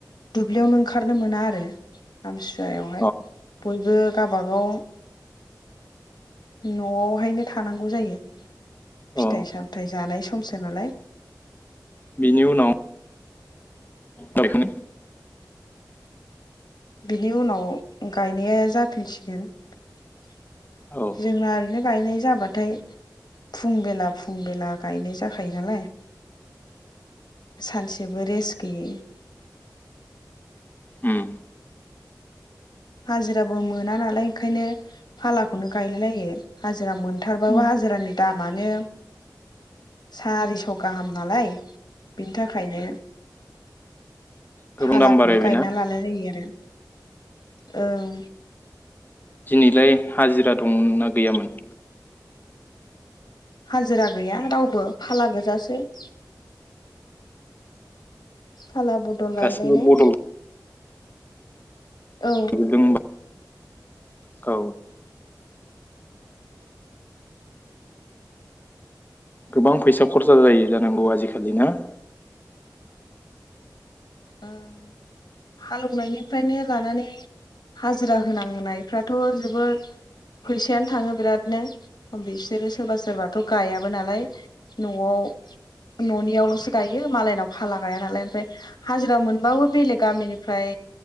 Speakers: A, on the left; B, on the left.
A: दुब्लियावनो ओंखारनो मोना आरो आमथि सुवायावहाय।
B: अ
A: बयबो गाव बागाव न'आवहायनो थानांगौ जायो फिथाइ-सामथाइ
B: औ
A: जानाय समसो नालाय।
B: बिनि उनाव गायखां
A: बिनि उनाव गायनाया जाफिनसिगोन <inaudible>
B: औ
A: जोंना ओरैनो गायनाय जाबाथाय फुं बेला फुं बेला गायनाय जाखायो नालाय सानसेबो रेस्ट गैयै। <inaudible>
B: उम
A: हाजिराबो मोना नालाय ओंखायनो फालाखौनो गायलाय लायो हाजिरा मोनथारबाबो
B: उम
A: हाजिरानि दामानो सारिस' गाहाम नालाय बिनि थाखायनो।
B: गोबां
A: फालाखौनो
B: दाम बारायबायना
A: गायना लालाय लायो आ <inaudible> औ।
B: दिनैलाय हाजिरा दं ना गैयामोन?
A: हाजिरा गैया रावबो फाला गोजासो। <inaudible> फाला बदल गायलायलाय।
B: गासिबो बदल
A: औ।
B: जोबदों होनबा औ। गोबां फैसा खरसा जायो जानांगौ आजिखालि ना?
A: <inaudible> हालेवनायनिफ्रायनो लानानै हाजिरा होनांनायफ्राथ' जोबोद फैसायानो थाङो बिरादनो बिसोरो सोरबा सोरबाथ' गायाबो नालाय न'आव न'नियावल'सो गायो मालायनाव फाला गाया नालाय ओमफ्राय हाजिरा मोनबाबो बेलेग गामिनिफ्राय